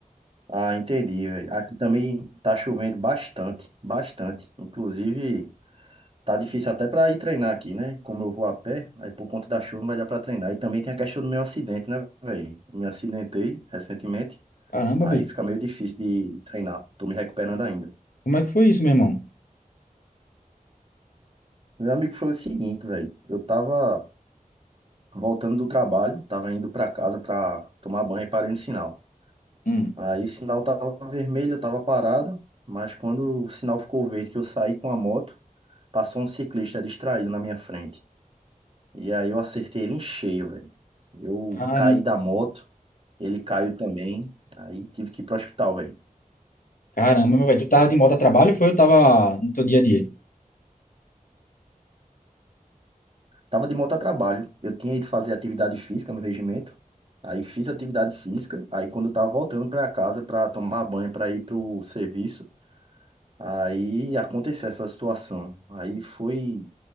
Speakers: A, on the right; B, on the left.
A: Ah, entendi, velho. Aqui também tá chovendo bastante, bastante. Inclusive, tá difícil até pra ir treinar aqui, né? Como eu vou a pé, aí por conta da chuva não vai dar pra treinar. E também tem a questão do meu acidente, né, velho? Me acidentei recentemente,
B: Caramba,
A: aí
B: bicho.
A: fica meio difícil de treinar. Tô me recuperando ainda.
B: Como é que foi isso, meu irmão?
A: Meu amigo foi o seguinte, velho. Eu tava voltando do trabalho, tava indo pra casa pra tomar banho e parei no sinal.
B: Hum.
A: Aí o sinal tava vermelho, eu tava parado, mas quando o sinal ficou verde, que eu saí com a moto, passou um ciclista distraído na minha frente. E aí eu acertei ele em cheio, velho. Eu
B: Caramba,
A: caí da moto, ele caiu também, aí tive que ir pro hospital, velho.
B: caramba, meu velho. Tu tava de moto a trabalho ou foi? Eu tava no teu dia a dia?
A: Tava de moto a trabalho, eu tinha ido fazer atividade física no regimento, aí fiz atividade física, aí quando eu tava voltando pra casa pra tomar banho, pra ir pro serviço, aí aconteceu essa situação. Aí foi.